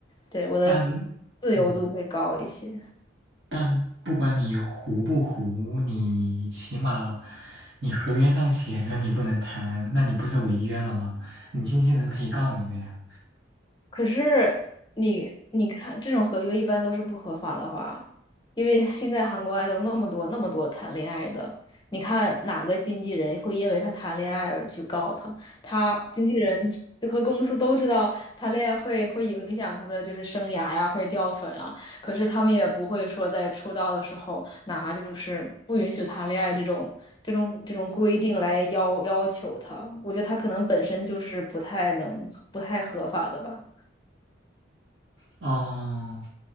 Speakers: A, on the left; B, on the right.
A: 对，我的
B: 但嗯
A: 自由度会高一些。
B: 但不管你糊不糊，你起码你合约上写着你不能谈，那你不是违约了吗？你经纪人可以告你的呀。
A: 可是你你看，这种合约一般都是不合法的话，因为现在韩国 idol 那么多那么多谈恋爱的，你看哪个经纪人会因为他谈恋爱而去告他？他经纪人就和公司都知道谈恋爱会会影响他的就是生涯呀，会掉粉啊。可是他们也不会说在出道的时候拿就是不允许谈恋爱这种这种这种规定来要要求他。我觉得他可能本身就是不太能不太合法的吧。
B: 哦，